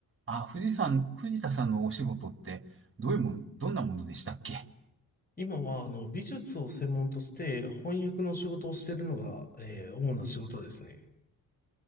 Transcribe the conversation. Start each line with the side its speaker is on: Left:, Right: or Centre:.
Right: あ、藤さん、藤田さんのお仕事って、どういうもん、どんなものでしたっけ
Left: 今は、あの、美術を専門として翻訳の仕事をしているのが、えー主な仕事ですね。